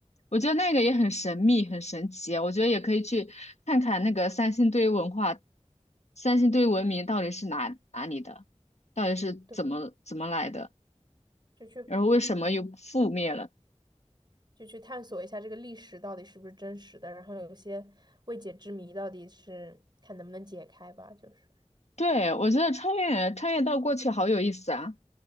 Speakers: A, on the left (about 65°); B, on the right (about 40°).
A: 我觉得那个也很神秘，很神奇啊。我觉得也可以去看看那个三星堆文化，三星堆文明到底是哪哪里的，到底是怎么怎么来的，
B: 对，就去
A: 然后为什么又覆灭了？
B: 就去探索一下这个历史到底是不是真实的，然后有些未解之谜到底是看能不能解开吧，就是，
A: 对，我觉得穿越穿越到过去好有意思啊。